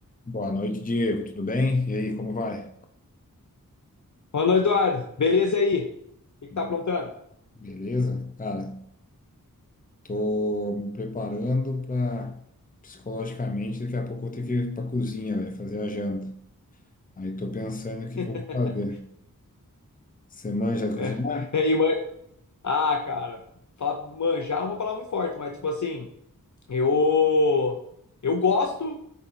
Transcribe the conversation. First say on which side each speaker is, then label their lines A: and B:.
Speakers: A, on the left; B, on the left.
A: Boa noite, Diego. Tudo bem? E aí, como vai?
B: Mano Eduardo, beleza aí? O que que
A: Be-
B: tá aprontando?
A: Beleza? Cara, tô me preparando para psicologicamente, daqui a pouco eu vou ter que ir pra cozinha, velho, fazer a janta. Aí tô pensando o que
B: <laughs>
A: que eu vou fazer. Você manja cozinhar?
B: É, e aí, man... Ah, cara, falar manjar é uma palavra muito forte, mas tipo assim, eu eu gosto,